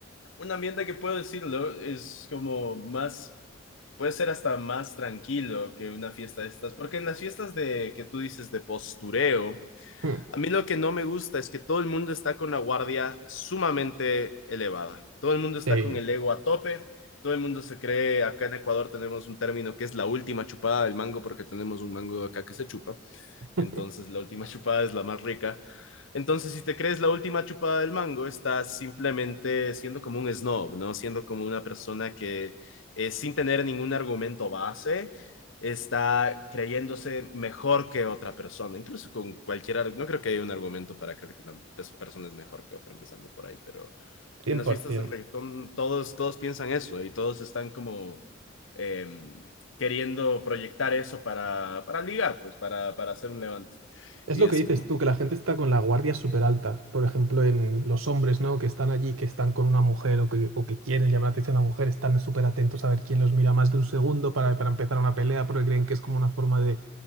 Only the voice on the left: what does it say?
un ambiente que puedo decirlo, es como más, puede ser hasta más tranquilo que una fiesta de estas, porque en las fiestas de que tú dices de postureo,
a mí lo que no me gusta es que todo el mundo está con la guardia sumamente elevada. Todo el mundo
está con el ego a tope. Todo el mundo se cree, acá en Ecuador tenemos un término que es la última chupada del mango porque tenemos un mango acá que se chupa.
Entonces la última chupada es la más rica. Entonces, si te crees la última chupada del mango, estás simplemente siendo como un snob, ¿no? Siendo como una persona que eh, sin tener ningún argumento base, está creyéndose mejor que otra persona, incluso con cualquier, ar- no creo que haya un argumento para creer que una pers- persona es mejor que otra, empezando por ahí, pero
en las fiestas de reggaetón todos, todos piensan eso y todos están como eh, queriendo proyectar eso para, para ligar, pues, para, para hacer un levante.
Y
es
como,